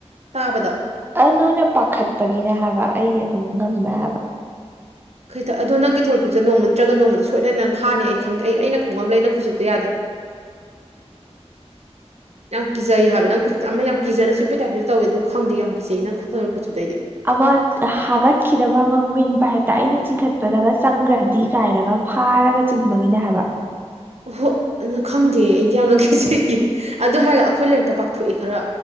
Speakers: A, on the right (about 65°); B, on the right (about 20°).
A: ꯇꯥꯕꯗ
B: ꯑꯗꯨ ꯅꯣꯏꯅ ꯄꯥꯈꯠꯄꯒꯤꯅꯦ ꯍꯥꯏꯕ ꯑꯩ ꯑꯗꯨꯝ ꯉꯝꯃꯦ ꯍꯥꯏꯕ
A: ꯈꯇ ꯑꯗꯣ ꯅꯪꯒꯤ ꯊꯧꯁꯥꯠ ꯅꯣꯡ ꯅꯠꯇ꯭ꯔ ꯅꯣꯡꯃꯗꯤ ꯁꯣꯏꯅ ꯅꯪꯅ ꯍꯥꯅꯤ ꯑꯩ ꯈꯪ ꯑꯩ ꯑꯩꯅ ꯈꯪꯕ ꯑꯃ ꯂꯩ ꯅꯪ ꯈꯨꯆꯨꯞꯇ ꯌꯥꯗꯦ <inaudible> ꯌꯥꯝ ꯀꯤꯖꯩ ꯍꯥꯏꯕ ꯅꯪ ꯈꯨꯠ ꯑꯃ ꯌꯥꯝ ꯀꯤꯖꯅ ꯆꯨꯞꯄꯦ ꯇꯥꯏꯞꯗꯨꯁꯨ ꯇꯧꯋꯦ ꯑꯗꯨꯒ ꯍꯪꯗꯤ ꯌꯥꯝ ꯀꯤꯖꯩꯌꯦ ꯅꯪ ꯊꯔꯣꯢ ꯈꯨꯠꯆꯨꯞꯗꯣ ꯑꯩꯗꯤ
B: ꯑꯃ ꯍꯥꯒꯠꯈꯤꯗꯕ ꯑꯃ ꯋꯤꯟꯕ ꯄꯥꯌꯦꯞꯇ ꯑꯩꯅ ꯆꯤꯡꯈꯠꯄꯗꯒ ꯆꯪꯈ꯭ꯔꯗꯤ ꯀꯥꯏꯅꯒ ꯐꯥꯔꯒ ꯆꯤꯡꯕꯒꯤꯅꯦ ꯍꯥꯏꯕ
A: ꯑꯍꯣ ꯑꯗꯨ ꯈꯪꯗꯦ ꯑꯩꯗꯤ ꯌꯥꯝꯅ ꯀꯤꯖꯩꯌꯦ ꯑꯗꯨ ꯍꯥꯏꯔ ꯑꯩꯈꯣꯏ ꯂꯩꯔꯛꯇ ꯄꯥꯛꯊꯣꯛꯑꯦ ꯈꯔ